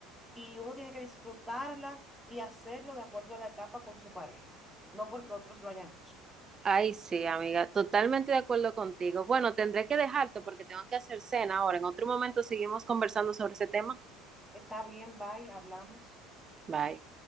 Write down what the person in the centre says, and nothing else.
y uno tiene que disfrutarla y hacerlo de acuerdo a la etapa con su pareja, no porque otros lo hayan hecho.
Está bien, bye, hablamos.